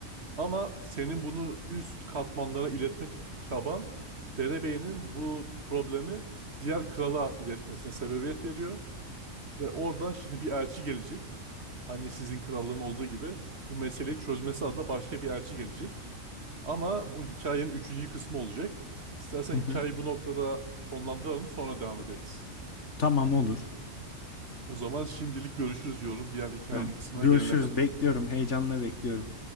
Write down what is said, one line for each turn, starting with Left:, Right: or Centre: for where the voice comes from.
Right: Ama senin bunu üst katmanlara iletme çaban derebeyinin bu problemi diğer krala iletmesine sebebiyet veriyor. Ve oradan şimdi bir elçi gelecek. Hani sizin krallığın olduğu gibi bu meseleyi çözmesi adına başka bir elçi gelecek. Ama bu hikayenin üçüncü kısmı olacak. İstersen
Left: Hı
Right: hikayeyi
Left: hı.
Right: bu noktada sonlandıralım sonra devam ederiz.
Left: Tamam olur.
Right: O zaman şimdilik görüşürüz diyorum diğer hikayenin
Left: Tamam.
Right: kısmına
Left: Görüşürüz.
Right: gelene kadar.
Left: Bekliyorum. Heyecanla bekliyorum.